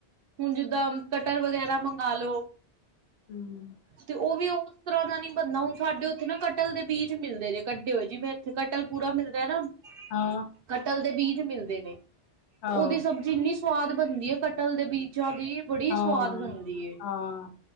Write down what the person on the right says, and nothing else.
ਹੁਣ ਜਿੱਦਾਂ ਕਟਰ ਵਗੈਰਾ ਮੰਗਾ ਲੋ,
ਤੇ ਓਹ ਵੀ ਓਸ ਤਰ੍ਹਾਂ ਦਾ ਨੀ ਬਣਣਾ। ਹੁਣ ਸਾਡੇ ਓਥੇ ਨਾ ਕਟਲ ਦੇ ਬੀਜ ਮਿਲਦੇ ਜੇ ਕੱਢੇ ਹੋਏ, ਜਿਵੇਂ ਐਥੇ ਕਟਲ ਪੂਰਾ ਮਿਲਦੈ ਨਾ।
ਕਟਲ ਦੇ ਬੀਜ ਮਿਲਦੇ ਨੇ।
ਓਹਦੀ ਸਬਜ਼ੀ ਇੰਨੀ ਸਵਾਦ ਬਣਦੀ ਏ, ਕਟਲ ਦੇ ਬੀਜਾਂ ਦੀ। ਬੜੀ
ਸਵਾਦ ਬਣਦੀ ਏ।